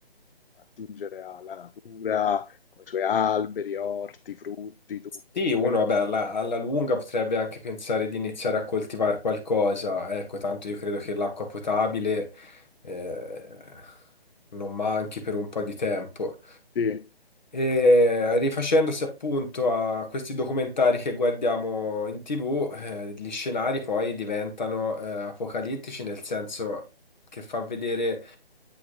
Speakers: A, on the left; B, on the left.
A: attingere alla natura, con i suoi alberi, orti, frutti, tutto.
B: Sì, uno
A: Quello-
B: vabbè, alla, alla lunga potrebbe anche pensare di iniziare a coltivare qualcosa. Ecco, tanto io credo che l'acqua potabile eh, non manchi per un po' di tempo.
A: sì,
B: E rifacendosi appunto a questi documentari che guardiamo in TV, eh, gli scenari poi diventano eh, apocalittici, nel senso che fa vedere